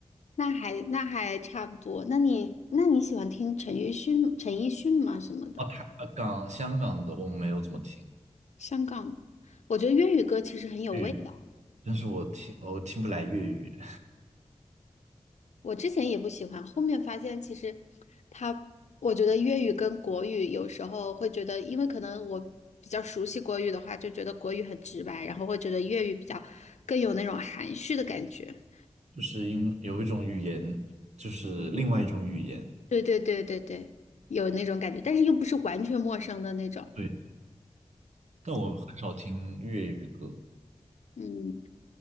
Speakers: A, on the left (about 85°); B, on the right (about 85°).
A: 那还那还差不多。那你那你喜欢听陈奕迅陈奕迅吗？什么的，
B: 啊，台呃港香港的我没有怎么听
A: 香港，我觉得粤语歌其实很有味道。
B: 粤语，但是我听哦我听不来粤语。
A: 我之前也不喜欢，后面发现其实他，我觉得粤语跟国语有时候会觉得，因为可能我比较熟悉国语的话，就觉得国语很直白，然后会觉得粤语比较更有那种含蓄的感觉。
B: 就是因有一种语言，就是另外一种语言。
A: 对对对对对，有那种感觉，但是又不是完全陌生的那种。
B: 对，但我很少听粤语歌，
A: 对，嗯。